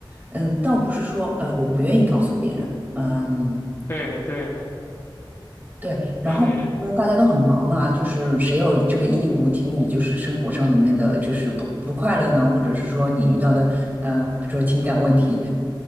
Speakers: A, on the right; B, on the left.
A: 嗯，倒不是说，呃，我不愿意告诉别人。嗯，
B: 对的，对的，
A: 对，然后呃大家都很忙嘛，
B: 对对，
A: 就是谁有这个义务听你就是生活上里面的就是不不快乐呢，或者是说你遇到的呃，比如说情感问题，